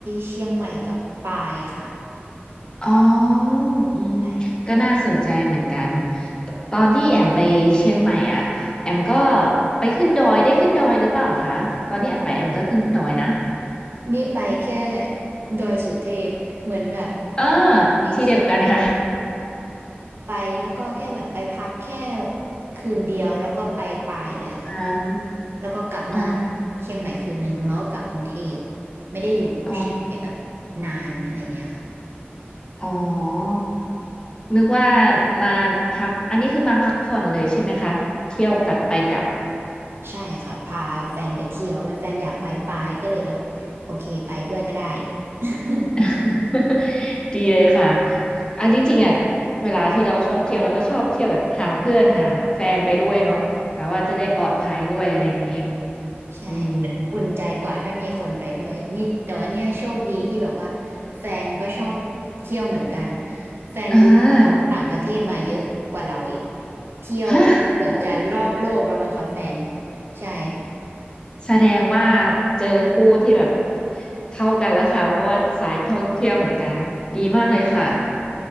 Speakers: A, on the right; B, on the left.
A: เชียงใหม่กับปายค่ะ
B: อ๋ออืม
A: ใช่
B: ก็น่าสนใจเหมือนกันตตอนที่แอมไปเชียงใหม่อ่ะแอมก็ไปขึ้นดอยได้ขึ้นดอยหรือเปล่าคะตอนที่แอมไปแอมก็ขึ้นดอยนะ
A: นี่ไปแค่ดอยสุเทพ เหมือนแบบ
B: เออ
A: ไปเชียง
B: ที่เดียวกันค่ะ
A: ไปแล้วก็แค่แบบไปพักแค่คืนเดียวแล้วก็ไปปายเลยอะค่ะ
B: อ่า
A: แล้วก็กลับมาพักเชียงใหม่คืนนึงแล้วก็กลับกรุงเทพ
B: อ๋อ
A: ไม่ได้อยู่เชียงใหม่แบบ
B: อ๋อ
A: นานอะไรเงี้ยค่ะ
B: อ๋อนึกว่ามาพักอันนี้คือมาพักผ่อนเลยใช่ไหมคะ เที่ยวกลับไปกลับ
A: ใช่ค่ะพาแฟนไปเที่ยวด้วยแฟนอยากไปปายก็เลยแบบโอเคไปด้วยก็ได้ <laughs>
B: <laughs> ดีเลยค่ะ อันที่จริงอ่ะ เวลาที่เราชอบเที่ยวเราก็ชอบเที่ยวแบบหาเพื่อนหาแฟนไปด้วยเนาะแบบว่าจะได้ปลอดภัยด้วยอะไรอย่างนี้
A: ใช่มันอุ่นใจกว่าถ้ามีคนไปด้วยนี่แต่ว่าเนี่ยโชคดีที่แบบว่า
B: อืม
A: แฟนก็ชอบเที่ยวเหมือนกันแฟนคือเที่ยวต่างประเทศมาเยอะกว่าเราอีก
B: อ่า
A: เที่ยวเกือบจะรอบโลกแล้วมั้งคะแฟน
B: ฮะโอ้
A: ใช่
B: แสดงว่าเจอคู่ที่แบบเข้ากันแล้วค่ะ เพราะว่าสายท่องเที่ยวเหมือนกัน ดีมากเลยค่ะ